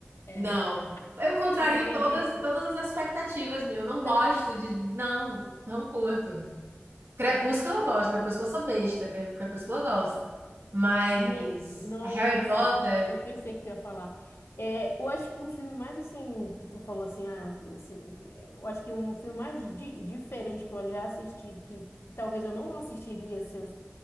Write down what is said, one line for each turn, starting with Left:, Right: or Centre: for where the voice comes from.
Left: É.
Right: Não. Eu contrario
Left: Eu não acredito.
Right: todas, todas as expectativas, meu. Eu Não gosto
Left: Tam,
Right: de. Não, não curto. Crepúsculo eu gosto, Crepúsculo eu sou besta, Cre- Crepúsculo eu gosto. Mas
Left: né? Nossa,
Right: Harry Potter,
Left: eu pensei que tu ia falar. É, eu acho que um filme mais assim, que tu falou assim, ah, que, esse- que- eu acho que um filme mais di- diferente que eu já assisti, que talvez eu não assistiria se eu